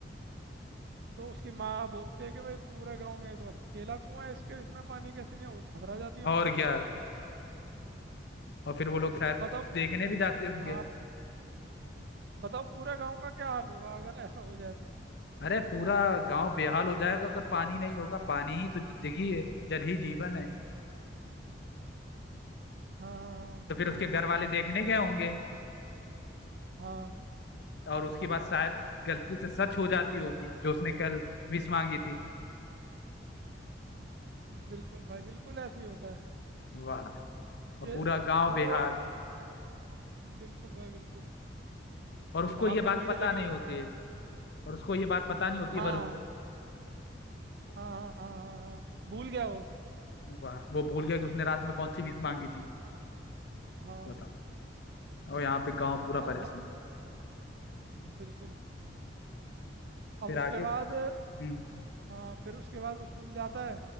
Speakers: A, on the right; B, on the left.
A: तो उसकी माँ बोलती है कि भाई पूरे गाँव में ये तो अकेला कुआं है इसके इसमें पानी कैसे नहीं है?" और घबरा जाती है
B: और
A: माँ
B: क्या और फिर वो लोग शायद
A: अब बताओ पू-
B: देखने भी जाते होंगे
A: हाँ बताओ पूरे गांव का क्या हाल होगा अगर ऐसा हो जाए तो
B: अरे पूरा गांव बेहाल हो जाएगा अगर पानी नहीं होगा पानी ही तो जिंदगी है जल ही जीवन है
A: हाँ हाँ हाँ,
B: तो फिर उसके
A: बिल्कुल
B: घर वाले देखने गए होंगे
A: हाँ
B: और उसके बाद शायद गलती से सच हो जाती होगी जो उसने कल विश मांगी थी
A: बिल्कुल भाई बिल्कुल ऐसे ही होता है
B: वाह और
A: कि
B: पूरा गांव
A: वो
B: बेहाल
A: बिल्कुल भाई बिल्कुल
B: और उसको
A: वहां
B: ये
A: पे
B: बात
A: भीड़
B: पता
A: लगी
B: नहीं
A: होती
B: होती
A: है
B: है और उसको ये बात पता नहीं होती
A: हाँ
B: है पर उनको वाह
A: हाँ हाँ हाँ हाँ हाँ, भूल गया वो
B: वाह, वो भूल गया कि उसने रात में कौन सी विश मांगी थी
A: हाँ
B: बताओ और यहाँ पे गांव पूरा
A: अब
B: परेशान
A: ह- बिल्कुल अब
B: फिर
A: उसके
B: आगे
A: बाद
B: हम्म
A: हाँ फिर उसके बाद वो स्कूल जाता है